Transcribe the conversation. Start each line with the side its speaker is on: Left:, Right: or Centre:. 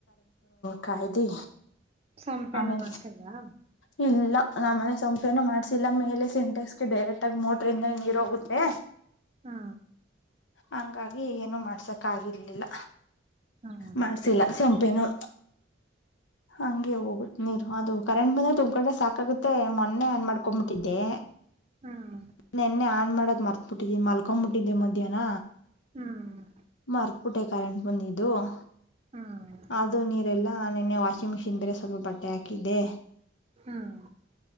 Left: ಕ ಕ್ದಿ
Right: ಸಂಪೆನ
Left: ಆಮೇ
Right: ಮಾಡ್ಸಿಲ್ವಾ
Left: ಇ ನಮ್ಮ್ ಮನೆ ಸಂಪೇನು ಮಾಡ್ಸಿಲ್ಲ ಮೇಲೆ ಸಿಂಟೆಕ್ಸ್ ಡೈರೆಕ್ಟ್ ಆಗ ಮೋಟ್ರ ಇಂದ ನೀರ್ ಹೋಗುತ್ತೆ
Right: ಹಾ
Left: ಹಂಗಾಗಿ ಏನು ಮಾಡ್ಸಕ್ ಆಗರ್ಲಿಲ್ಲ
Right: ಹ್ಮ್
Left: ಮಾಡ್ಸಿಲ್ಲಂ ಪನ್ನು ಹಂಗೆ ಹೋಗುತ್ತೆ ನೀರು ಅದು ಕರೆಂಟ್ ಬಂದ್ರೆ ತುಮ್ ಕಡೆ ಸಾಕಾಗುತ್ತೆ ಮೊನ್ನೆ ಏನ್ ಮಾಡ್ಕೊ್ಬಿಟ್ಟಿದ್ದೆ
Right: ಹ್ಮ್
Left: ನ್ನೆ ಆನ್ ಮಾಡೋದ್ ಮರ್ತ್ಬಿಟ್ಟಿದ್ದೀ ಮಲ್ಕೊಬಿಟ್ಟಿದ್ದೆ ಮಧ್ಯಾಹ್ನ
Right: ಹ್ಮ್
Left: ಮಿ ಕ ಬ
Right: ಹ್ಮ್
Left: ಅ ನಿನ್ನೆ ವಾಷಿಂಗ್ ಮಿಷಿನ್ ಬೇರೆ ಸ್ವಲ್ಪ ಬಟ್ಟೆ ಹಾಕಿದ್ದೆ
Right: ಹ್ಮ್